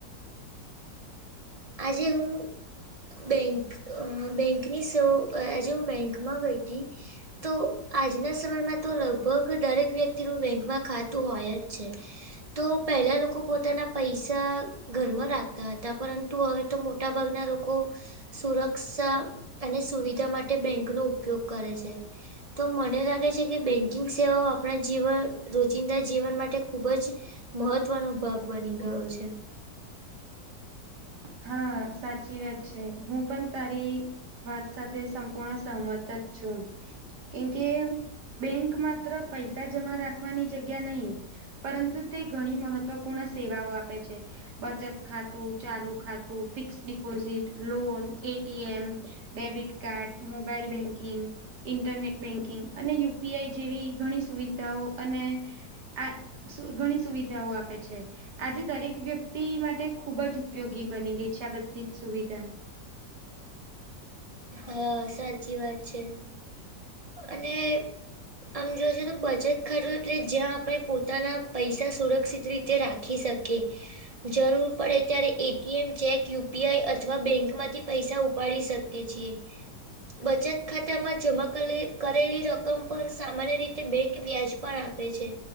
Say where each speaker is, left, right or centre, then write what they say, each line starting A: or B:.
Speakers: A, on the right; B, on the right.
A: આજે હું બેંક બેંકની સ આજે હું બેંકમાં ગઈ હતી તો આજના સમયમાં તો લગભગ દરેક વ્યક્તિનું બેંકમાં ખાતું હોય જ છે. તો પહેલા લોકો પોતાના પૈસા ઘરમાં રાખતા હતા પરંતુ ત હવે તો મોટા ભાગના લોકો સુરક્ષા અને સુવિધા માટે બેંકનોો ઉપયોગ કરે છે. તો મને લાગે છે કે બેન્કિંગ સેવાઓ આપણા જીવન રોજિંદા જીવન માટે ખૂબ જ મહત્વનો ભાગ બની ગયો છે.
B: હા સાચી વાત છે હું પણ તારી વાત સાથે સંપૂર્ણ સહમત જ છું. કેમકે બેંક માત્ર પૈસા જમા રાખવાની જગ્યા નહી, પરંતુ તે ઘણી મહત્વપૂર્ણ સેવાઓ આપે છે બચત ખાતું ચાલુ ખાતું ફિક્ deposit loan ATM debit card mobile banking internet banking અને યુપીઆઈ જેવી ઘણી સુવિધાઓ અને આ ઘણી સુવિધાઓ આપે છે આજે દરેક વ્યક્તિ માટે ખુબ જ ઉપયોગી બની ગઈ બધી જ સુવિધા
A: હા સાચી વાત છે અને આમ જો બચત ખર્ એટલે જ્યાં આપડે પોતાના પૈસા સુરક્ષિત રીતે રાખી શકે. જરૂર પડે ત્યારે એટીએમ ચેકયુ પીઆઈ અથવા બેંક માંથી પૈસા ઉપાડી શકે છે. બચત ખાતામાં જમા કરેલી રકમ પર સામાન્ય રીતે બેંક વ્યાજ પણ આપે છે.